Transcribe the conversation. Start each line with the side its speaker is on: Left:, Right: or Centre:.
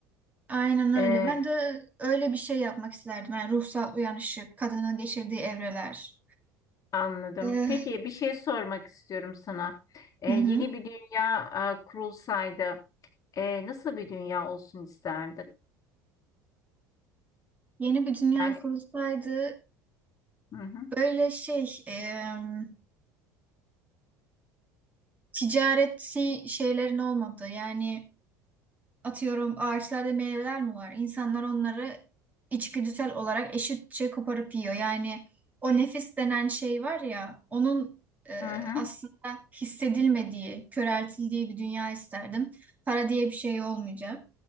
Right: aynen öyle.
Left: E,
Right: Ben de öyle bir şey yapmak isterdim. Yani ruhsal uyanışı, kadının geçirdiği evreler.
Left: anladım.
Right: Ee,
Left: Peki bir şey sormak istiyorum sana. E,
Right: hı
Left: yeni
Right: hı.
Left: bir dünya e, kurulsaydı e, nasıl bir dünya olsun isterdin?
Right: Yeni bir dünya
Left: Yani
Right: kurulsaydı
Left: hı hı,
Right: böyle şey, em, ticareti şeylerin olmadığı yani Atıyorum ağaçlarda meyveler mi var? İnsanlar onları içgüdüsel olarak eşitçe koparıp yiyor. Yani o nefis denen şey var ya, onun e,
Left: hı hı.
Right: aslında hissedilmediği, köreltildiği bir dünya isterdim. Para diye bir şey olmayacak.